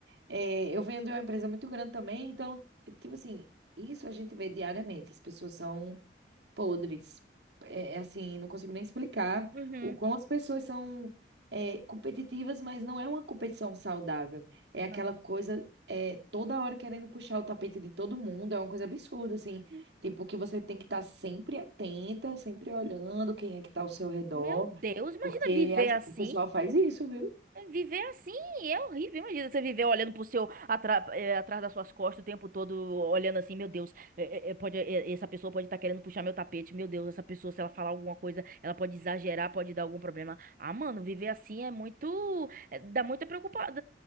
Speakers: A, on the right; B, on the right.
A: É, eu venho de uma empresa muito grande também, então, tipo assim, isso a gente vê diariamente. As pessoas são podres. É, é assim, não consigo nem explicar
B: Uhum.
A: o quão as pessoas são é, competitivas, mas não é uma competição saudável. É aquela
B: Não.
A: coisa é, toda hora querendo puxar o tapete de todo mundo, é uma coisa absurda, assim.
B: Uhum.
A: Tipo, que você tem que estar sempre atenta, sempre olhando quem é que está ao seu redor,
B: Meu Deus, imagina
A: porque
B: viver
A: as-
B: assim.
A: o pessoal faz isso, viu?
B: Viver assim é horrível. Imagina você viver olhando pro seu, atra- é, atrás das suas costas o tempo todo, olhando assim, meu Deus, é, é, é, pode, é, essa pessoa pode estar querendo puxar meu tapete. Meu Deus, essa pessoa, se ela falar alguma coisa, ela pode exagerar, pode dar algum problema. Ah, mano, viver assim é muito. é, dá muita preocupação.